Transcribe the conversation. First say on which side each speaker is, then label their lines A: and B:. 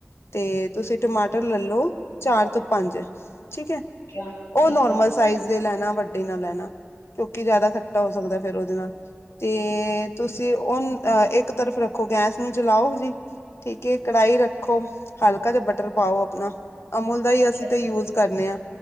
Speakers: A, on the left; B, on the left.
A: ਤੇ ਤੁਸੀਂ ਟਮਾਟਰ ਲੈਲੋ ਚਾਰ ਤੋਂ ਪੰਜ ਠੀਕ ਹੈ
B: ਆ, ਠੀਕ
A: ਉਹ ਨੋਰਮਲ
B: ਆ।
A: ਸਾਈਜ਼ ਦੇ ਲੈਣਾ ਵੱਡੇ ਨਾਲ ਲੈਣਾ। ਕਿਉਂਕਿ ਜਿਆਦਾ ਖੱਟਾ ਹੋ ਸਕਦਾ ਫੇਰ ਉਹਦੇ ਨਾਲ ਤੇ ਤੁਸੀਂ ਉਹ ਅਹ ਇੱਕ ਤਰਫ ਰੱਖ ਰੱਖੋ ਗੈਸ ਨੂੰ ਜਲਾਓ ਜੀ
B: ਹੂੰ,
A: ਠੀਕ
B: ਹੂੰ।
A: ਐ ਕੜਾਹੀ ਰੱਖੋ ਹਲਕਾ ਜੇਆ ਬਟਰ ਪਾਓ ਆਪਣਾ ਅਮੁਲ ਦਾ
B: ਠੀਕ
A: ਈ
B: ਹੈ।
A: ਅਸੀਂ ਤੇ ਯੂਜ ਕਰਨੇ ਆ।